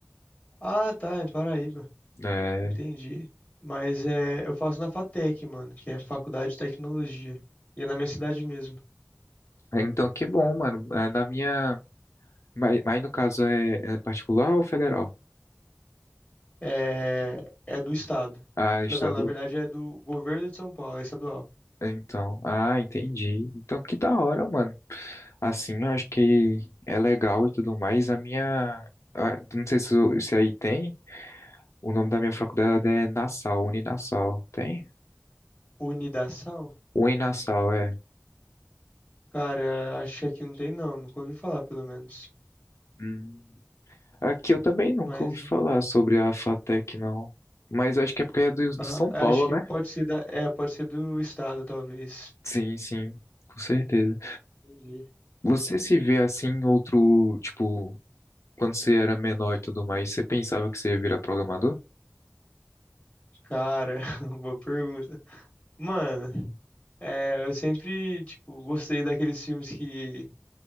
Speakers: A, on the left; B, on the left.
A: Ah, tá, em Paraíba.
B: É...
A: Entendi. Mas é, eu faço na FATEC, mano, que é Faculdade de Tecnologia. E é na minha cidade mesmo.
B: é, Então, que bom, mano. É, na minha... Mas, mas no caso é, é particular ou federal?
A: É, é do estado.
B: Ah, estadual.
A: Não, na verdade é do governo de São Paulo, é estadual.
B: Então, ah, entendi. Então, que da hora, mano. Assim, eu acho que é legal e tudo mais. A minha. a- Não sei se, se aí tem. O nome da minha faculdade é Nassau, Uninassau. Tem?
A: Unidassal?
B: Uninassau, é.
A: Cara, acho que aqui não tem não, nunca ouvi falar pelo menos.
B: Hum. Aqui eu também nunca
A: Mas,
B: ouvi falar sobre a FATEC, não. Mas eu acho que é porque é do, do
A: aham,
B: São Paulo,
A: acho que
B: né?
A: pode ser da, é, pode ser do estado, talvez.
B: Sim, sim, com certeza.
A: Entendi.
B: Você se vê assim, em outro. Tipo, quando você era menor e tudo mais, você pensava que você ia virar programador?
A: Cara, <laughs> boa pergunta. Mano, é, eu sempre, tipo, gostei daqueles filmes que,